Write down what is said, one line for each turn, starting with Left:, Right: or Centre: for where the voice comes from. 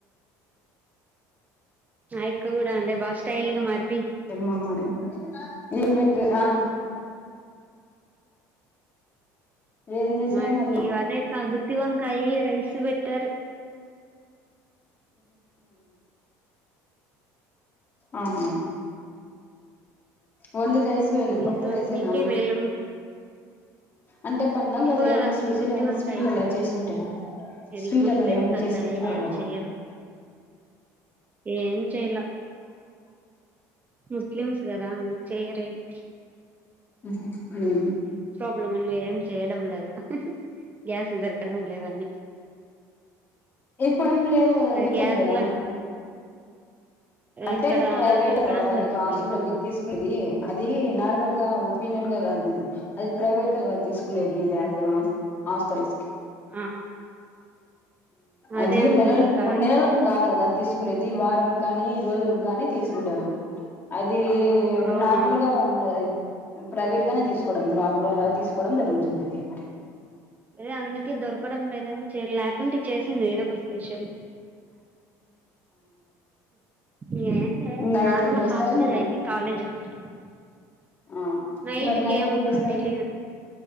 Right: ఆయక్క కూడ <unintelligible> బాగ స్టైల్ గా మారి
Left: ఎమ్మా మరి ఇ ఏంబెట్ ఆ ఏం చేశారు
Right: మా అక్కే
Left: మరి
Right: గుతివంకాయ రైస్ బెట్టర్
Left: అవు ఓన్లీ రైస్ ఏనా
Right: మీరు
Left: పప్పు రైసేనా
Right: మీకే మేలు
Left: అంటే పండగ్గద
Right: పప్పు
Left: కదా
Right: కాదక్క
Left: ఏమన్నా స్పెషల్
Right: గుత్తి
Left: ఏమన్నా
Right: వంకాయే
Left: స్వీట్ అలా చేసింటారు
Right: వీళ్ళు
Left: స్వీట్
Right: ముస్లిమ్స్
Left: అలా ఏమన్నా
Right: అక్క
Left: చేసి పెట్టింటారు
Right: ఏం
Left: కదా
Right: చెయ్యరు ఏం చేయలా ముస్లిమ్స్ గదా చేయరేండి
Left: మ్మ్
Right: ప్రాబ్ల అని ఏం చేయడం లేదు గ్యాస్ దొరకడం లేదని
Left: ఇప్పుడేం లేదు కదా
Right: ఆ
Left: దొరుకుంది
Right: గ్యాస్
Left: కదా
Right: లో
Left: అంటే
Right: ఇక్కడ
Left: అది ప్రైవేట్
Right: దొరకడం
Left: అదా
Right: లేదు
Left: నీకు
Right: అక్క
Left: హాస్టల్లోకి
Right: నెల్లూరులో
Left: ఇ తీసుకునేది అది నార్మల్ గా ఫ్రీ ఏం. కాదు అది ప్రైవేట్ తీసుకునేది గ్యాస్ హాస్టల్
Right: ఆ అదే
Left: అది
Right: అనుకుంటక్క
Left: నెలలు నెలకి కాదు కదా తీసుకునేది వారం కానీ రోజులుగానే తీసుకుంటారు అది
Right: అవునవును
Left: నార్మల్గా ఉండదు అది ప్రైవేట్ గానే తీసుకోవడం బ్లాక్ లో అలా తీసుకోవడం జరుగుతుంది అది మరి
Right: అదే అందుకే దొరకడం లేదని లేకుంటే చేసింది ఏదో ఒక స్పెషల్ ఇ
Left: నైట్
Right: నార్మల్
Left: ఏం చేస్తారు
Right: హాస్టల్
Left: మళ్ళీ
Right: అయితే కాలేజ్ వస్తారు
Left: ఆ
Right: నైట్కి
Left: మరి నైట్
Right: ఏముక్క
Left: ఏం చేస్తారు
Right: తెలిదు